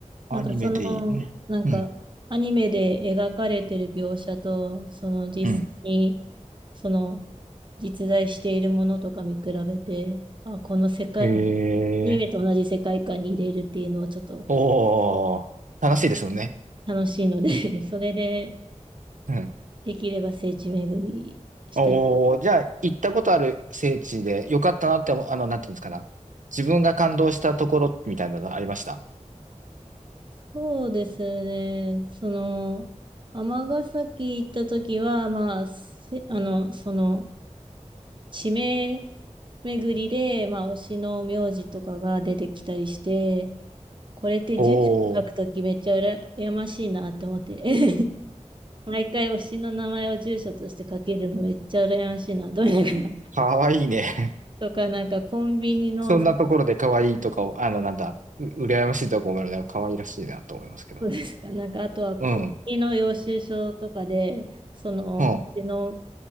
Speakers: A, on the right; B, on the right.
A: アニメでいいね。
B: なんかその、なんかアニメで描かれてる描写と、
A: うん、
B: その実際に、
A: うん。
B: その実在しているものとか見比べて、あ、この世界、
A: へ
B: アニメと同じ世界観に入れるっていうのはちょっと
A: えおー、楽しいですもんね。
B: 楽しいので <laughs> それで、
A: うん
B: できれば聖地巡りしたい。
A: おー、じゃあ、行ったことある聖地で、よかったなって思う、あの、なんていうんですかな。自分が感動したところみたいなのありました
B: そうですね。その、尼崎行った時は、まあ、せあの、その、地名巡りで、まあ、推しの名字とかが出てきたりして、これって住所書くときめっちゃ羨やましいなって思って、
A: おー、
B: <laughs> 毎回推しの名前を住所として書けるのめっちゃ羨ましいなと思いながら。
A: かわいいね。
B: <laughs> とか、なんかコンビニのなん
A: <laughs> そんなところでかわいいとかを、あの、なんだ、う、羨ましいとか思うので、かわいらしいなと思いますけど。
B: そうですか。なんか、あとは、
A: うん、
B: 国旗の領収書とかで、その、
A: うん、
B: うちの